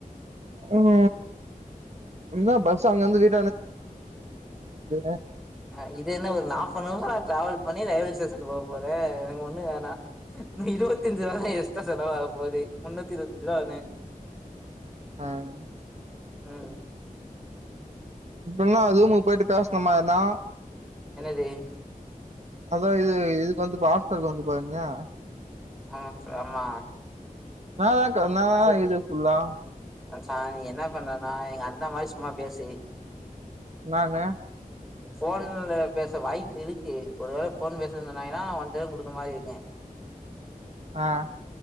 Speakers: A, on the right; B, in the centre.
A: உம் என்ன பஸ் அங்கருந்தது <unintelligible>
B: ஆஹ் இது என்ன ஒரு நாப்பனவரா டிராவல் பண்ணி ரயில்வே ஸ்டேஷன் போ போறே எனக்கு ஒன்னு வேணா இன்னு இருவத்தஞ்சு <unintelligible> யூஸ் எச்சா செலவாக போது முன்னூத்தி இருவத்தஞ்சு ரூவா வருனு
A: ஆஹ்
B: உம்
A: இப்பனா ரூமுக்கு போயிட்டு பேசன மாரி தா
B: என்னது
A: அதா இது இதுக்கு வந்து பா ஹாஸ்டல்க்கு வந்து பாருங்கியா
B: ஆஹ் ஆமா
A: நா தா <unintelligible>
B: ஃபோ
A: இது ஃபுல்லா
B: மச்சா நீ என்ன பண்றனா எங்க அந்த வாய்ஸ் சும்மா பேசு
A: நானு
B: ஃபோன்ல பேச வாய்ப்பு இருக்கு ஒரு வேல ஃபோன் பேசிட்ருந்தாய்ங்கன்னா உன்டே குடுக்கற மாரி இருங்கு
A: ஆஹ்